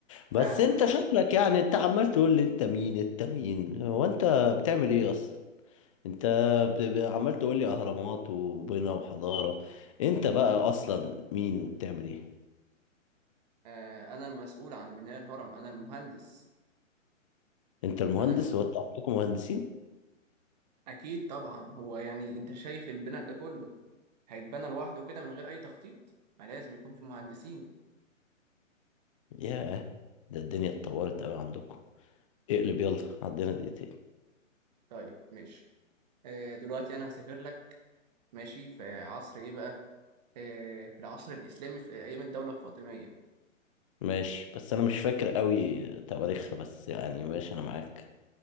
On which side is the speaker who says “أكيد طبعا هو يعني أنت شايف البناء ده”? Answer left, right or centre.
Right